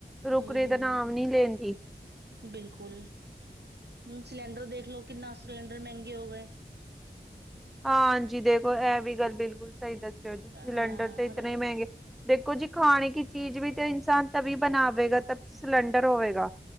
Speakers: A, in the centre; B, on the right (about 65°).
A: ਰੁਕਰੀ
B: ਹਮ ਹਮ
A: ਦਾ ਨਾਮ ਨੀ ਲੈਂਦੀ।
B: ਬਿਲਕੁਲ, ਸਿਲੰਡਰ ਦੇਖ ਲਓ। ਕਿੰਨਾ ਸਿਲੰਡਰ ਮਹਿੰਗੇ ਹੋ ਗਏ।
A: ਹਾਂ‌। ਹਾਂਜੀ, ਦੇਖੋ ਇਹ ਵੀ ਗੱਲ ਬਿਲਕੁਲ, ਸਹੀ ਦੱਸਿਓ ਜੀ, ਸਿਲੰਡਰ
B: ਹਾਂ
A: ਤੇ ਇਤਨ
B: ਦੇਖੋ
A: ਮਹਿੰਗੇ। ਦੇਖੋ ਜੀ, ਖਾਣੇ ਕੀ ਚੀਜ਼ ਵੀ ਤੇ ਇਨਸਾਨ ਤਵੀ ਬਣਾਵੇਗਾ, ਤਵ ਸਿਲੰਡਰ ਹੋਵੇਗਾ।